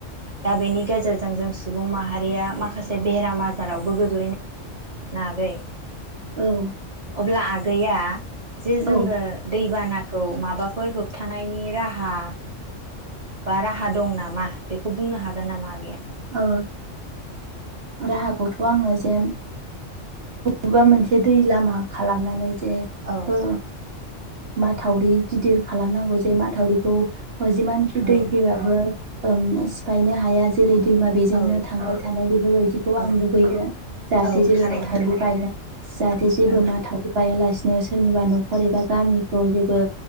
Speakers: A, on the right; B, on the right.
A: दा बेनि गेजेरजों जों सुबुं माहारिया माखासे बेराम आजारावबो गोग्लैनो ह नागै
B: औ
A: अब्ला आगैया जे जोङो
B: औ
A: दैबानाखौ माबाफोर होबथानायनि राह हा बा राहा दं नामा बेखौ बुंनो हागोन नामा आगैया
B: ओ राहाखौथ आङो जेम बबेबा मोनसे दै लामा खालामनानै जे
A: औ
B: ओ माथावरि गिदिर खालामनांगौ जे माथावरिखौ अ जिमानखि
A: औ
B: दै फैबाबो <unintelligible> सिफायनो हाया जेरै <unintelligible> बेजोंनो
A: औ
B: थांबाय थानाय बेफोरबायदिखौ आं
A: औ
B: लुुबैयो जाहाथे
A: औ
B: जेबो
A: थारैनो
B: मावथारै <inaudible> जाहाथे जेबो
A: औ
B: माथाव बायालासेनो सोरनिबा नखर एबा गामिखौ जेबो